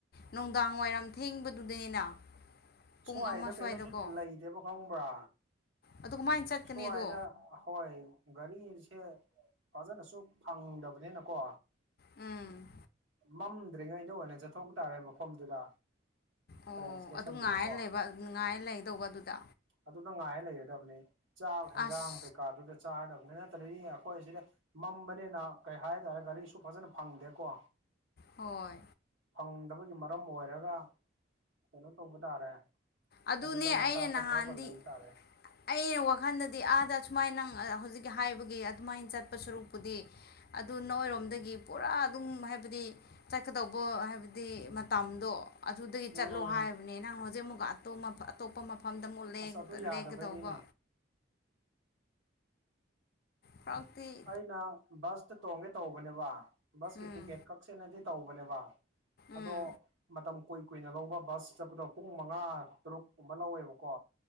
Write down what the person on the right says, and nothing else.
ꯁ꯭ꯋꯥꯏꯗ
ꯀꯩꯅꯣꯁꯨ
ꯂꯩꯗꯦꯕ ꯈꯪꯕ꯭ꯔꯥ
ꯁ꯭ꯨꯋꯥꯏꯗ
ꯑꯍꯣꯏ ꯒꯥꯔꯤꯁꯦ ꯐꯖꯅꯁꯨ ꯐꯪꯗꯕꯅꯤꯅꯀꯣ
ꯃꯝꯗ꯭ꯔꯤꯉꯩꯗ ꯑꯣꯏꯅ ꯆꯠꯊꯣꯛ ꯇꯥꯔꯦ ꯃꯐꯝꯗꯨꯗ
ꯇ꯭ꯔꯦꯟ ꯏꯁꯇꯦꯁꯟꯗꯨꯗꯀꯣ
ꯑꯗꯨ ꯅꯪ ꯉꯥꯏ ꯂꯩꯒꯗꯕꯅꯤ ꯆꯥꯛ ꯍꯤꯟꯖꯥꯡ
ꯀꯩꯀꯥꯗꯨꯗ ꯆꯥꯗꯕꯅꯤ ꯅꯠꯇ꯭ꯔꯗꯤ ꯑꯩꯈꯣꯏ ꯁꯤꯗ ꯃꯝꯕꯅꯤꯅ ꯀꯩ ꯍꯥꯏꯇꯥꯔꯦ ꯒꯥꯔꯤꯁꯨ ꯐꯖꯅ ꯐꯪꯗꯦꯀꯣ
ꯐꯪꯗꯕꯒꯤ ꯃꯔꯝ ꯑꯣꯏꯔꯒ ꯀꯩꯅꯣ ꯇꯧꯕ ꯇꯥꯔꯦ
ꯑꯗꯨꯗ ꯉꯟꯇꯥ
ꯆꯠꯊꯣꯛꯑꯒ
ꯂꯩꯕ ꯇꯥꯔꯦ
ꯎꯝ
ꯑꯁ ꯑꯗꯨ ꯌꯥꯗꯕꯩꯅꯤꯅꯦ
ꯑꯩꯅ ꯕꯁꯇ ꯇꯣꯡꯒꯦ ꯇꯧꯕꯅꯦꯕ ꯕꯁꯀꯤ
ꯇꯤꯛꯀꯦꯠ ꯀꯛꯁꯦꯅꯗꯤ ꯇꯧꯕꯅꯦꯕ ꯑꯗꯣ
ꯃꯇꯝ ꯀꯨꯏ ꯀꯨꯏꯅ ꯂꯧꯕ ꯕꯁ ꯆꯠꯄꯗꯣ ꯄꯨꯡ ꯃꯉꯥ ꯇꯔꯨꯛ ꯀꯨꯝꯕ ꯂꯧꯋꯦꯕꯀꯣ